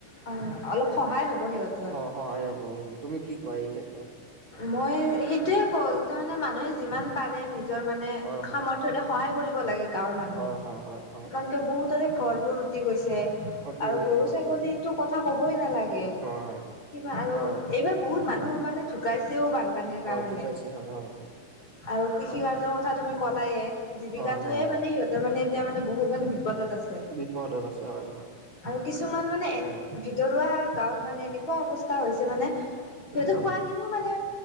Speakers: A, on the left; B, on the right.
A: উম, অলপ সহায় হ'ব সিহঁত
B: অ', সহায় হ'ব, তুমি কি কোৱা এই ক্ষেত্ৰত?
A: মই সেইটোয়েই কওঁ, যাতে মানে মানুহে যিমান পাৰে, নিজৰ মানে
B: হয় হয়
A: সামৰ্থ ধৰা সহায় কৰিব লাগে। গাঁৱৰ মানুহখিনিক,
B: হয় হয় হয় হয়
A: কাৰণ কিয় বহুতৰে ঘৰবোৰ
B: উম
A: উটি গৈছে,
B: অতি
A: আৰু
B: হৈছে
A: গৰু
B: হয়
A: ছাগলী
B: হয়
A: টো কথা ক'বই নালাগে,
B: হয়
A: কিবা আৰু
B: হয় হয়
A: এইবাৰ বহুত মানুহ মানে ঢুকাইছেও বান পানীৰ
B: হয়
A: কাৰণে
B: ঢুকাইছে হয় হয় হয়
A: আৰু কৃষি
B: হয়
A: কাৰ্যৰ কথা তুমি ক'লায়েই। জীৱিকাটোৱেই
B: হয় হয় হয়
A: মানে সিহঁতৰ মানে এতিয়া মানে বহুত মানে বিপদত আছে।
B: বিপদত আছে হয় হয়
A: আৰু কিছুমান মানে
B: অ
A: ভিতৰুৱা গাঁৱত মানে, এনেকুৱা অৱস্থা হৈছে মানে, সিহতে
B: উম
A: খোৱা
B: উম
A: খিন মানে